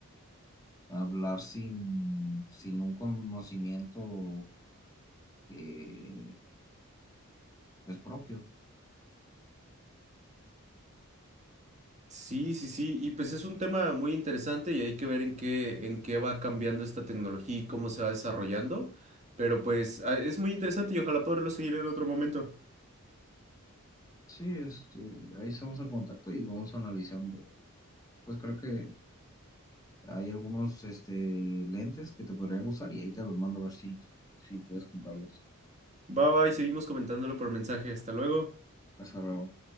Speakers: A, on the left; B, on the right.
A: hablar sin, sin un conocimiento eh, pues propio.
B: Sí, sí, sí, y pues es un tema muy interesante y hay que ver en qué, en qué va cambiando esta tecnología y cómo se va desarrollando. Pero pues ah, es muy interesante y ojalá poderlo seguir en otro momento.
A: Sí, este, ahí estamos en contacto y vamos analizando. Pues creo que hay algunos este, lentes que te podrían gustar y ahí te los mando a ver si, si quieres comprarlos.
B: Bye bye, seguimos comentándolo por mensaje. Hasta luego.
A: Hasta luego.